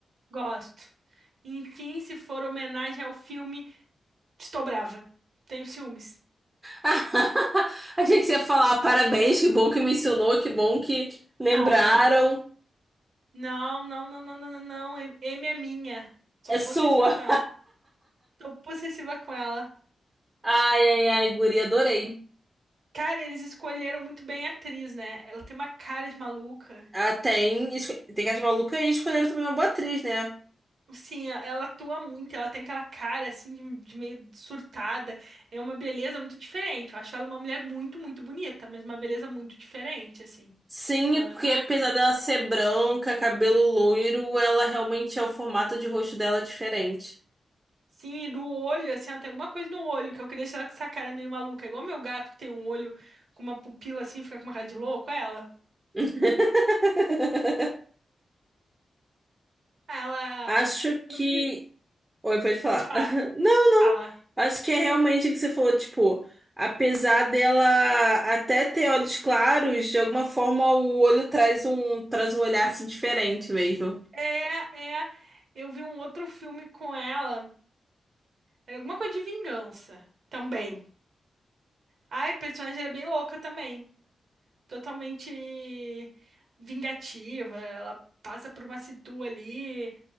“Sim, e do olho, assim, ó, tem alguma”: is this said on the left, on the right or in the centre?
Right